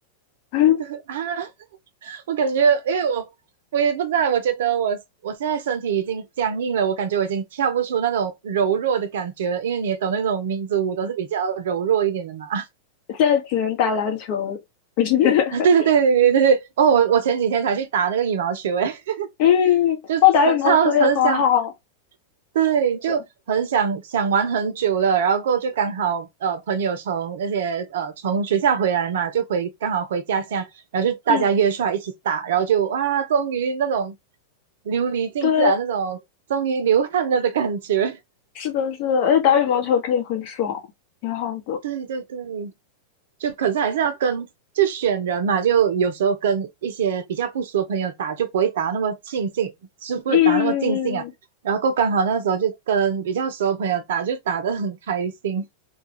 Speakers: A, on the left; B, on the right.
A: <laughs>
B: <laughs> 啊。我感觉，因为我我也不知道，我觉得我我现在身体已经僵硬了，我感觉我已经跳不出那种柔弱的感觉了。因为你也懂那种民族舞都是比较柔弱一点的嘛。<laughs>
A: 现在只能打篮球。<laughs>
B: 啊，对对对对对对对。哦，我我前几天才去打那个羽毛球，诶，
A: 嗯，
B: <laughs> 就超超很想
A: 我打羽毛球也很好。
B: 对，就很想想玩很久了，
A: 嗯对
B: 然后过后就刚好呃朋友从那些呃从学校回来嘛，就回刚好回家乡，然后就大家约出来一起打，
A: 嗯，
B: 然后就哇，终于那种流离尽致啊，
A: 对，
B: 那种终于流汗了的感觉。
A: 是的，是的，而且打羽毛球可以很爽，挺好的。
B: <laughs> 对对对，就可是还是要跟就选人嘛，就有时候跟一些比较不熟的朋友打，就不会打那么尽兴，就不会打那么尽兴啊。
A: 嗯，
B: 然后过后刚好那时候就跟比较熟的朋友打，就打得很开心。